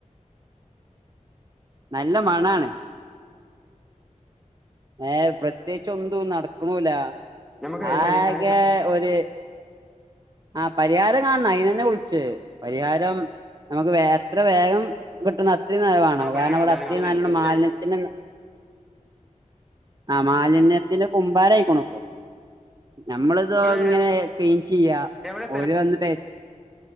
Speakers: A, on the right (about 30°); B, in the centre.
A: നല്ല മണാണ്. ഏഹ് പ്രത്യേകിച്ച് ഒന്തും നടക്കുണൂലാ.
B: നമുക്ക് അയിന്
A: ആകെ
B: പരിഹാരങ്ങൾ
A: ഒര് ആഹ് പരിഹാരം കാണണം അയിനന്നെ വിള്ച്ചത്. പരിഹാരം നമക്ക് വേ എത്ര വേഗം കിട്ടുന്നൊ അത്രി ന്നാ വാണം
B: ആ പറയാ
A: കാരണം ഇവടെ അത്രിം നല്ലണ്ണം
B: തീർച്ചയായിട്ടും
A: മാലിന്യത്തിന് ആഹ് മാലിന്യത്തിന് കുമ്പാരായിക്കുണു ഇപ്പം. ഞമ്മള് ഇതോ
B: നിങ്ങൾ
A: ഇങ്ങനെ ക്ലീൻ ചെയ്യാ,
B: എവിടെ സ്ഥലം
A: ഓല് വന്നിട്ടെ